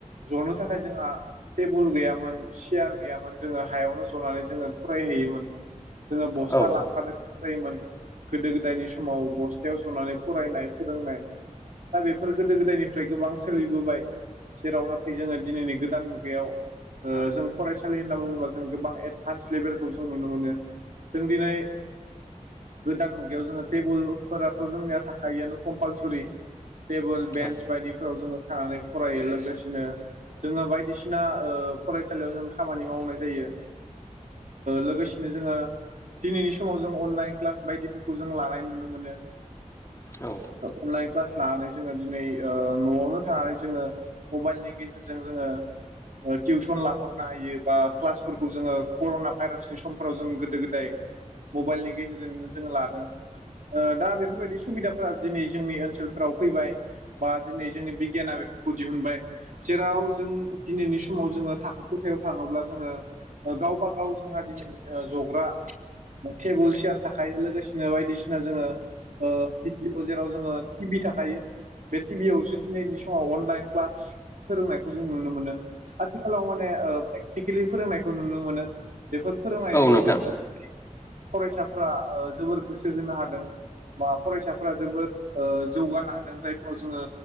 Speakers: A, on the right; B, on the left.
A: जनो थाखाय जोंहा टेबोल गैयामोन सियार गैयामोन जोङो हायावनो जनानै जोङो फरायहैयोमोन। जोङो बस्था
B: औ
A: लांफादों जायोमोन गोदो गोदायनि समाव बसथायाव जनानै फरायनाय फोरोंनाय दा बेफोर गोदो गोदायनिफ्राय गोबां सोलिबोबाय जेराव नाथाय जोङो दिनैनि गोदान बेयाव ओ जों फरायसालि होनना बुङोबा जों गोबां एडभान्स लेभेलखौ जों नुनो मोनो। जों दिनै गोदान मुगायाव जोङो टेबोलफोराथ' जोंनिया थाखआनो कम्पालसरि टेबोल बेन्स
B: औ
A: बायदिफोराव जोङो थानानै फरायो लोगोसेनो जोङो बायदिसिना बदिना फरायसालियाव जों खामानि मावनाय जायो लोगोसेनो जोङो दिनैनि समाव जों अनलाइन क्लास बायदिफोरखौ जों लानाय नुनो मोनो
B: औ
A: अनलाइन क्लास लानानै जोङो दिनै न'आवनो थानानै जोङो मबाइलनि गेजेरजों जोङो टिउसन लाहरनो हायो बा क्लासफोरखौ जोङो कर'ना भाइरासनि समफोराव जों गोदो गोदाय मबाइलनि गेजेरजोंनो जोङो लादों दा बेफोरबायदि सुबिदाफोरा दिनै जोंनि ओनसोलफोराव फैबाय बा दिनै जोंनि बिगियाना बे गु दिहुनबाय जेराव जों दिनैनि समाव जोङो थाखो खथायाव थाङोब्ला जोङो गावबा गाव जोंहा दिनै जग्रा टेबोल चयार थाखाय लोगोसेनो बायदिसिना जोङो । भिडअ जेराव जोङो टि भि थाखायो । बे टिभि आयावसो दिनैनि समाव अनलाइन क्लास फोरोंनायखौ जों नुनो मोनो आथिखालाव माने प्रेक्टिकेलि फोरोंनायखौ नुनो मोनो बेफोर फोरोंनायनि
B: औ नोंथां
A: गेजेरजों फरायसाफ्रा जोबोर गोसो होनो हादों । बा फरायसाफोरा जोबोद जौगानो हादों जायफोराव जोङो